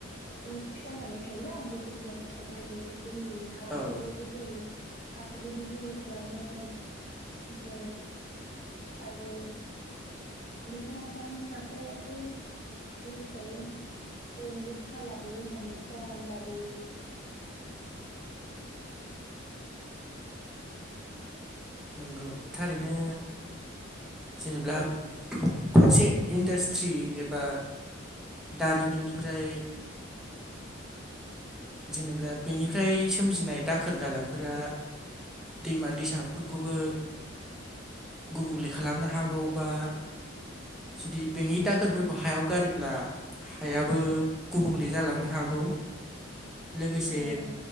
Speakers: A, on the left; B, in the centre.
A: मिख्स जानानै थायोबा बेफोरजों ओमफ्राय बियो जोंनि हाखौबो
B: औ
A: गुबुंले हाखौबो गुबुंले खालामो आरो। ओमफ्राय आरो बिफा-लायफां दानफायबाथ' मिथिखायो बयनिबो खहा लाबोयो होननानै खरान लाबोयो।
B: नंगौ थारैनो जेनेब्ला मोनसे इन्डास्ट्रि एबा दारिमिननिफ्राय जेनेब्ला बेनिफ्राय सोमजिनाय दाखोर दालाफोरा दैमा दैसाफोरखौबो गुबुंले खालामनो हागौ बा जुदि बेनि दाखोरफोरखौ हायाव गारोब्ला हायाबो गुबुंले जालांनो हागौ लोगोसे
A: ओं